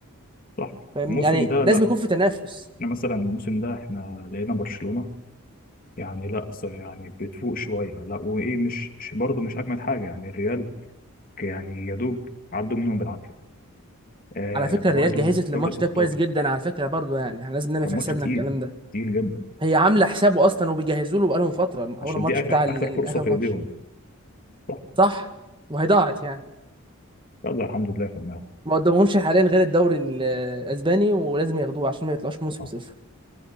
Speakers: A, on the left (about 40°); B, on the right (about 20°).
A: صح
B: فاهمني
A: الموسم
B: يعني
A: ده
B: لازم
A: لا
B: يكون في تنافس
A: احنا مثلا الموسم ده احنا لقينا برشلونة يعني لا ص- يعني بتفوق شوية لا وايه مش مش برضه مش أجمد حاجة يعني الريال يعني يا دوب عدوا منهم بالعافية آه
B: على فكرة
A: برضه
B: الريال جهزت
A: دوري
B: للماتش
A: الأبطال
B: ده كويس جدا على فكرة برضه يعني احنا لازم نعمل
A: كان
B: في
A: ماتش
B: حسابنا
A: تقيل
B: الكلام ده
A: تقيل جدا
B: هي عاملة حسابه أصلا وبيجهزوا له بقالهم فترة المحور
A: عشان
B: الماتش
A: دي آخر
B: بتاع ال-
A: آخر
B: ال-
A: فرصة
B: آخر
A: في
B: ماتش
A: إيديهم صح
B: صح وهيضاعت يعني
A: يلا الحمد لله خدناها
B: ما قدامهمش حاليا غير الدوري ال- الأسباني ولازم ياخدوه عشان ما يطلعوش موسم
A: آه.
B: صفر